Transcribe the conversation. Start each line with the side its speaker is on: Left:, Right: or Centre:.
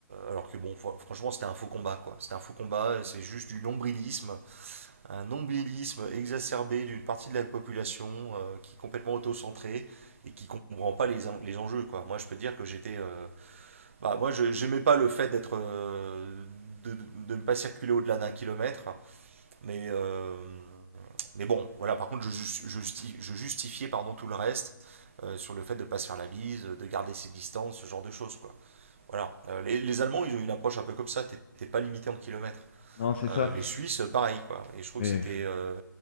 Right: alors que bon, franchement, c'était un faux combat, quoi. C'était un faux combat, c'est juste du nombrilisme, un nombrilisme exacerbé d'une partie de la population euh, qui est complètement autocentrée et qui comprend pas les, en- les enjeux, quoi. Moi, je peux dire que j'étais, euh, bah, moi, je j'aimais pas le fait d'être, euh, de, de ne pas circuler au-delà d'un kilomètre, mais euh, mais bon, voilà. Par contre, je, jus- je justi- je justifiais, pardon, tout le reste euh, sur le fait de pas se faire la bise, de garder ses distances, ce genre de choses, quoi. Voilà. Euh, les, les Allemands, ils ont une approche un peu comme ça. T'es t'es pas limité en kilomètres.
Left: Non, c'est ça.
Right: Euh, les Suisses, pareil, quoi. Et je trouve
Left: Mais
Right: que c'était euh,